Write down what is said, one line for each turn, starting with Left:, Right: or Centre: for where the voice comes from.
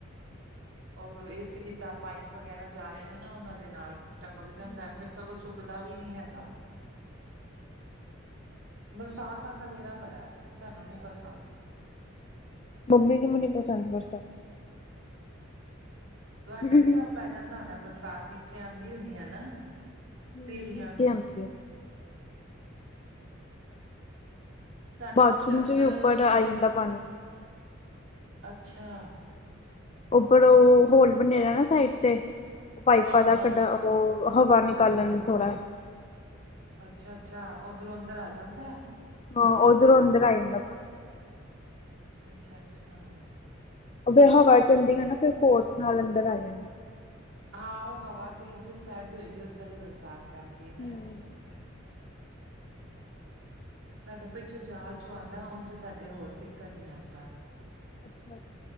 Right: ਉਹ ਏ ਸੀ ਦੀ ਤਾਂ ਪਾਈਪ ਵਗੈਰਾ ਜਾ ਰਹੇ ਨੇ ਨਾ ਉਨਾਂ ਦੇ ਨਾਲ ਟਪਕ ਜਾਂਦੈ
Left: ਹੂੰ
Right: ਫੇਰ ਸਗੋਂ ਸੁੱਕ ਦਾ ਵੀ ਨੀ ਹੈਗਾ। ਬਰਸਾਤ ਦਾ ਖਲੇਰਾ ਬੜਾ ਐ ਸਾਨੂੰ ਨੀ ਪਸੰ
Left: ਮੰਮੀ ਨੂੰ ਵੀ ਨੀ ਪਸੰਦ ਬਰਸਾ
Right: ਤੁਹਾਡੇ
Left: ਹੂੰ
Right: ਵੀ ਗਾ ਪੈ ਜਾਂਦਾ ਹੋਣਾ ਬਰਸਾਤ ਨੀਚੇ ਆਂਦੀ ਹੋਣੀ ਆ ਨਾ?
Left: ਹੂੰ
Right: ਸੀੜੀਆਂ
Left: ਨੀਚੇ
Right: ਤੋਂ
Left: ਆਂਦੀ ਆ।
Right: ਸਾਡੇ
Left: ਬਾਥਰੂਮ
Right: ਉਝ ਅੰਦਰ
Left: ਚ ਵੀ ਉੱਪਰ
Right: ਤੇ
Left: ਆਈ
Right: ਨਹੀਂ
Left: ਜਾਂਦਾ ਪਾਣੀ
Right: ਅੱਛਾ
Left: ਉਪਰੋ ਹੋਲ ਬਨੇ ਵੇ ਆ ਨਾ ਸਾਈਡ ਤੇ ਪਾਈਪਾਂ
Right: ਹਾਂ ਹਾਂ
Left: ਦਾ ਕੱਢਾ ਓ ਹਵਾ ਨਿਕਾਲਣ ਨੂੰ ਥੋੜ੍ਹਾ
Right: ਅੱਛਾ-ਅੱਛਾ ਓਧਰੋਂ ਅੰਦਰ ਆ ਜਾਂਦੈ।
Left: ਹਾਂ ਓਜਰੋਂ ਅੰਦਰ ਆ ਜਾਂਦਾ ਪਾਣੀ।
Right: ਅੱਛਾ-ਅੱਛਾ
Left: ਓ ਫੇਰ ਹਵਾ ਚੱਲਦੀ ਆ ਨਾ ਫਿਰ ਫੋਰਸ ਨਾਲ ਅੰਦਰ ਆ ਜਾਂਦਾ।
Right: ਹਾਂ ਓ ਹਵਾ ਤੇ ਜਿਸ ਸਾਈਡ ਦੀ ਹੋਏਗੀ ਉੱਧਰ ਈ ਬਰਸਾਤ ਪੈਂਦੀ ਐ ਨਾ
Left: ਹੂੰ
Right: ਇੰਝ ਹੋ ਜਾਂਦੈ। ਸਾਡੇ ਪਿੱਛੋਂ ਜਾਲ ਚੋਂ ਔਂਦਾ ਉਝ ਸਾਡੇ ਹੋਰ ਕਿਤਰ ਨੀ ਆਂਦਾ।
Left: ਅੱਛਾ-ਅੱਛਾ